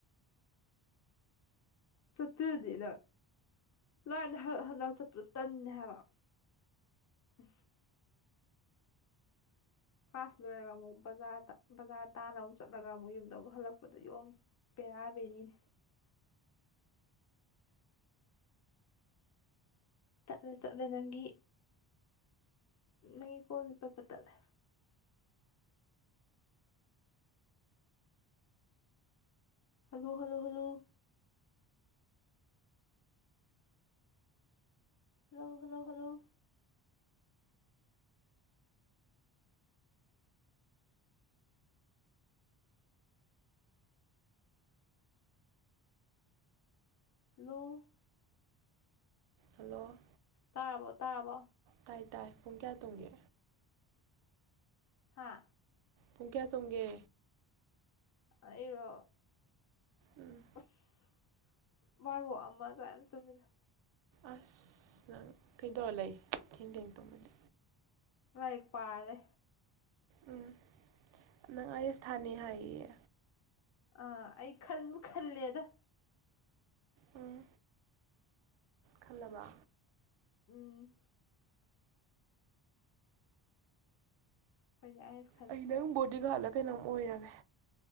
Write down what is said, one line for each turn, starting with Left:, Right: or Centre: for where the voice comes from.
Left: ꯆꯠꯇꯔꯗꯤ ꯅ ꯂꯥꯏꯅ ꯍꯟꯗꯛ ꯆꯠꯄꯗ ꯇꯟꯅꯦ ꯍꯥꯏꯕ ꯑ ꯀ꯭ꯂꯥꯁ ꯂꯣꯏꯔꯒ ꯑꯃꯨꯛ ꯕꯖꯥꯔꯗ ꯕꯖꯥꯔ ꯇꯥꯅ ꯑꯃꯨꯛ ꯆꯠꯂꯒ ꯑꯃꯨꯛ ꯌꯨꯝꯗ ꯑꯃꯨꯛ ꯍꯜꯂꯛꯄꯗꯣ ꯌꯣꯝꯅꯤ ꯄꯔꯕꯔꯤ ꯇꯠꯂꯦ ꯇꯠꯂꯦ ꯅꯪꯒꯤ ꯅꯪꯒꯤ ꯀꯣꯟꯜꯁꯦ ꯄꯠꯄ ꯇꯠꯂꯦ hello hello hello hello hello hello hello
Right: hello
Left: ꯇꯥꯕꯣ ꯇꯥꯕꯣ
Right: ꯇꯥꯏ ꯇꯥꯏ ꯄꯨꯡ ꯀꯌꯥ ꯇꯨꯡꯒꯦ
Left: ꯍꯥꯥ
Right: ꯄꯨꯡ ꯀꯌꯥ ꯇꯨꯡꯒꯦ
Left: ꯑꯩꯔꯣ
Right: ꯎꯝ
Left: ꯑꯁ ꯋꯥꯔꯣ ꯑꯃ ꯑꯗꯨꯃꯥꯏꯅ ꯇꯨꯃꯤꯟꯅ
Right: ꯑꯁ ꯅꯪ ꯀꯩꯗꯧꯔ ꯂꯩ ꯊꯦꯡ ꯊꯦꯡ ꯇꯨꯝꯃꯗꯤ
Left: ꯂꯏ ꯄꯥꯗꯦ
Right: ꯎꯝ ꯅꯪ ꯑꯩ ꯑꯦꯁ ꯊꯥꯅꯤ ꯍꯥꯏꯌꯦꯌꯦ
Left: ꯑꯥ ꯑꯩ ꯈꯟꯕꯨ ꯈꯜꯂꯦꯗ
Right: ꯎꯝ ꯈꯜꯂꯕ
Left: ꯎꯝ ꯑꯩꯣꯏ ꯑ
Right: ꯑꯩ ꯅꯪ ꯕꯣꯗꯤ ꯒꯥꯔꯗꯂ ꯀꯩꯅꯣꯝ ꯑꯣꯏꯔꯒꯦ